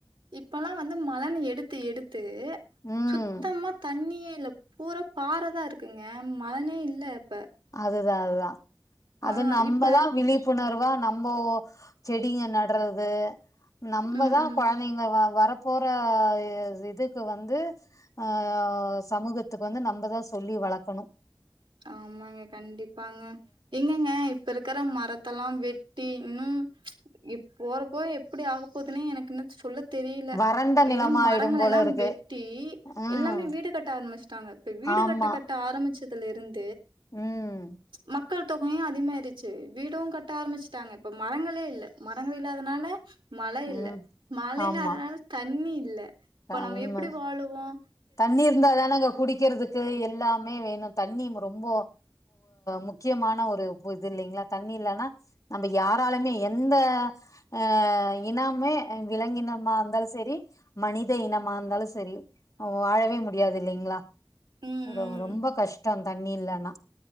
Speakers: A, on the right (about 70°); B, on the left (about 40°).
A: இப்பெல்லாம் வந்து மலண் எடுத்து த்தை எடுத்து து
B: ம்
A: சுத்தமா தண்ணியே இல்ல பூரா பாறைதான் இருக்குங்க மலனே இல்ல இப்ப
B: அதுதான் அதுதான் அது
A: ஆ
B: நம்பதான்
A: இப்ப
B: விழிப்புணர்வா நம்போ செடிங்க நடறது நம்மதா
A: ம் ம்
B: குழந்தைங்களா வர போற இதுக்கு வந்து அஹ் சமூகத்துக்கு வந்து நம்மதான் சொல்லி வளர்க்கணும்
A: ஆமாங்க கண்டிப்பாங்க எங்கங்க இப்ப இருக்க ரும் மரத்தெல்லாம் வெட்டி இன்னும் போறப்போ எப்படி ஆகப்போதுன்னு எனக்கு என்னத்த சொல்ல தெரியல
B: வறண்ட நிலமா
A: ஏன்னா மரங்கள்
B: ஆயிடும் போல
A: எல்லாம்
B: இருக்கு
A: வெட்டி
B: ம்
A: எல்லாமே வீடு கட்ட ஆரம்பிச்சட்டாங்க இப்ப வீடு
B: ஆமா
A: கட்ட கட்ட ஆரம்பிச்சது இருந்து
B: ம்
A: மக்கள் தொகையும் அதிகமாயிடுச்சு வீடும் கட்ட ஆரம்பிச்சுட்டாங்க இப்ப மரங்களே இல்லை மரங்கள் இல்லாதனால மழை இல்ல
B: ம்
A: மழ
B: ஆமா
A: இல்லாதனால தண்ணி இல்ல இப்ப
B: ஆ
A: நம்ம
B: உண்மதா
A: எப்படி வாழுவோம்
B: தண்ணி இருந்தாாதானே இங்க குடிக்கிறதுக்கு எல்லாமே வேணும் தண்ணி ரொம்ப முக்கியமான ஒரு இது இல்லைங்களா தண்ணி இல்லைன்னா நம்ம யாராலுமே எந்த அஹ் இனமே விலங்கினமா இருந்தாலும் சரி மனித இனமா இருந்தாலும் சரி அவ வாழவே முடியாது இல்லிங்ளா
A: ம்
B: ரொ ரொம்ப
A: ம்
B: கஷ் டோ தண்ணி இல்லனா